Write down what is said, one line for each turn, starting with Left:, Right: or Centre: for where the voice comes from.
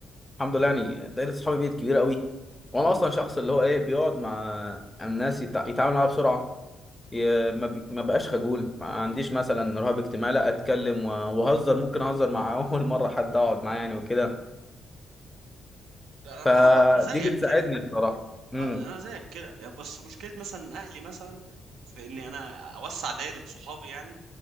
Left: الحمد لله يعني دايرة صحابي بقت كبيرة قوي وانا اصلا شخص اللي هو ايه بيقعد مع الناس يتع... يتعامل معاها بسرعة ي... ما, بي... ما بقاش خجول ما عنديش مثلا رهاب اجتماعي لا اتكلم و... وهزر ممكن اهزر مع <laughs> اول مرة حد اقعد معاه يعني وكده
Right: ده انا
Left: فدي
Right: أنا برضه زيك
Left: بتساعدني
Right: كده
Left: بصراحة
Right: اه
Left: امم
Right: انا زيك كده يعني بس مشكله مثلا اهلي مثلا في ان انا اوسع دايره صحابي يعني